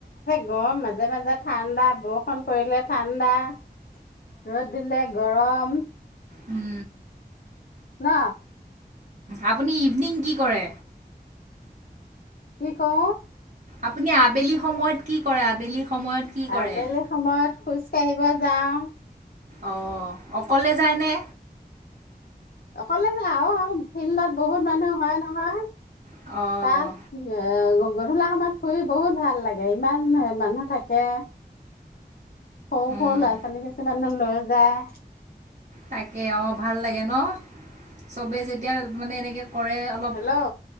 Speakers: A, on the left; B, on the right.
A: বৰ মাজে মাজে ঠাণ্ডা বৰষুণ পৰিলে ঠাণ্ডা ৰ'দ দিলে গৰম। উ
B: উম
A: ন
B: আপুনি ইভিনিং কি কৰে।
A: কি কওঁ
B: আপুনি আবেলি সময়ত কি কৰে আবেলি সময়ত কি কৰে
A: আবেলি সময়ত। খোজ কাঢ়িব যাওঁ।
B: অ অকলে যায়নে।
A: অকলে ন আহ ফিল্ডত বহুত মানুহ হয় নহয়।
B: অঁ
A: তাত <unintelligible> আহ গধূলি সময়ত ফুৰি বহুত ভাল লাগে ইমান মানুহ থাকে। সৰু সৰু
B: উম,
A: ল'ৰা ছোৱালী কিছুমান লৈ যায়।
B: তাকে অ ভাল লাগে ন চবে যেতিয়া মানে এনেকে কৰে অলপ
A: হেল্ল'